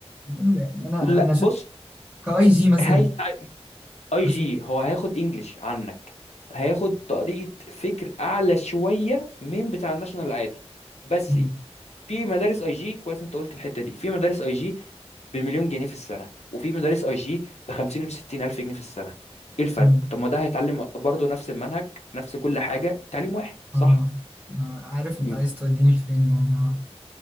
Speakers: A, on the right (about 20°); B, on the left (about 80°).
A: هنقول يعني انا
B: لا
A: انا ش...
B: بص
A: كاي جي مثلا
B: هي اي
A: مثلا
B: جي هو هياخد انجليش عنك هياخد طريقة فكر اعلى شوية من بتاع الناشونال العادي بس
A: مم.
B: في مدارس اي جي كويس انت قلت الحتة دي في مدارس اي جي بمليون جنيه في السنة وفي مدارس اي جي ب 50 و 60 الف جنيه في السنة ايه الفرق
A: مم.
B: طب ما ده هيتعلم برضه نفس المنهج نفس كل حاجة التعليم واحد صح
A: اه انا عارف
B: م-
A: انت عايز توديني لفين يعني اه